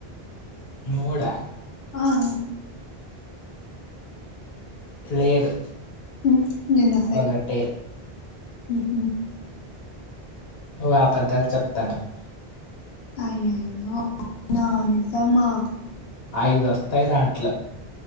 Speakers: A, on the left; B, on the left.
A: ముడా
B: ఆఆ
A: లేదు
B: ఉమ్మ్ ఎన్నొస్తాయి
A: ఒకటే
B: మ్మ్ఉహ్మ్
A: నువ్వు ఆబద్ధాలు చెప్తన్నావ్
B: అయ్యాయ్యో నా నిజమా
A: ఐదు వస్తాయి దాంట్లో